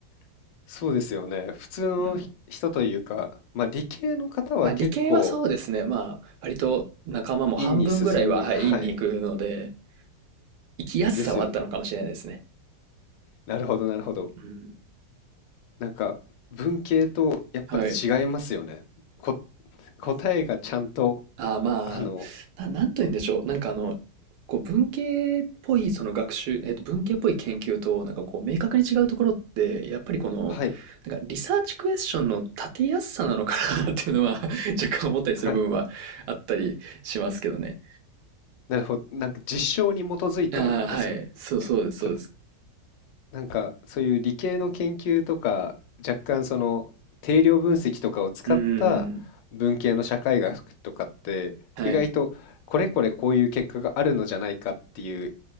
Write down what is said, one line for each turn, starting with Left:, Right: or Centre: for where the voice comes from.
Left: <laughs> そうですよね。普通のひ人というか、
Right: うん。
Left: まあ、理系の方は結構
Right: まあ理系はそうですね。まあ割と仲間も半分ぐらいは、
Left: 院に進む、
Right: はい、
Left: はい、
Right: 院に行くので、生きやすさはあったのかもしれないですね。
Left: ですよね。なるほどなるほど。
Right: うん。
Left: なんか文系とやっぱり違いますよね。
Right: はい。
Left: こ、答えがちゃんと、
Right: ああ、まあ、
Left: あの、
Right: な、なんと言うんでしょう。なんかあの、こう文系っぽいその学習、えっと、文系っぽい研究と、なんかこう明確に違うところって、やっぱりこの、
Left: はい、
Right: なんかリサーチクエスチョンの立てやすさなのかな <laughs> っていうのは <laughs> 若干思ったりする部分はあったりしますけどね。
Left: はい。なるほど。なんか実証に基づいてるんですよね。
Right: ああ、はい。そう、そうです、そうです。
Left: たなんかそういう理系の研究とか、若干その定量分析とかを使った文系の社会学とかって、
Right: うーん。はい。
Left: 意外とこれこれこういう結果があるのじゃないかっていう、